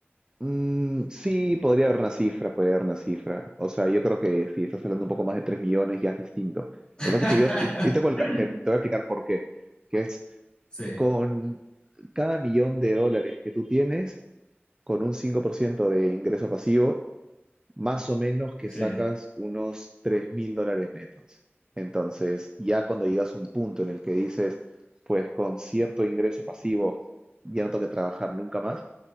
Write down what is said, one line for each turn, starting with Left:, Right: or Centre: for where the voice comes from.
Right: Mm, sí, podría dar una cifra, podría dar una cifra. O sea, yo creo que si estás hablando un poco más de 3 millones ya es distinto.
Left: <laughs>
Right: Lo que pasa es que yo, yo yo tengo el ca- te, te voy a explicar por qué, que es
Left: Sí.
Right: con cada millón de dólares que tú tienes, con un 5% de ingreso pasivo, más o menos que
Left: Sí.
Right: sacas unos tres mil dólares netos. Entonces, ya cuando llegas a un punto en el que dices, pues con cierto ingreso pasivo ya no tengo que trabajar nunca más,